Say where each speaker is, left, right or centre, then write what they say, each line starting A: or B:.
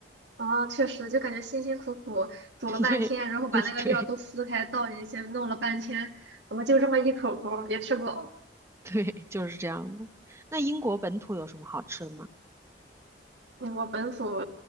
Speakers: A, on the right; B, on the right.
A: 啊，确实，就感觉辛辛苦苦煮了半天，
B: <laughs> 对，
A: 然后把那个料都撕开倒进去，
B: <laughs> 对，
A: 弄了半天，怎么就这么一口口儿也吃不饱？
B: 对，就是这样的。那英国本土有什么好吃的吗？
A: 嗯我本土